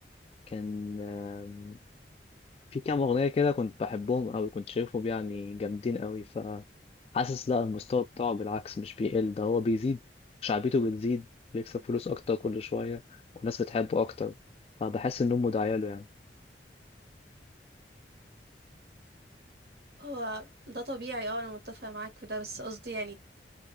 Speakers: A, on the left; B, on the right.
A: كان آم، في كام اغنية كده كنت بحبهم اوي كنت شايفهم يعني جامدين اوي فحاسس لا المستوى بتاعه بالعكس مش بيقل ده هو بيزيد شعبيته بتزيد بيكسب فلوس اكتر كل شوية والناس بتحبه اكتر فبحس انهم داعية له يعني
B: هو ده طبيعي اه انا متفقة معاك في ده بس قصدي يعني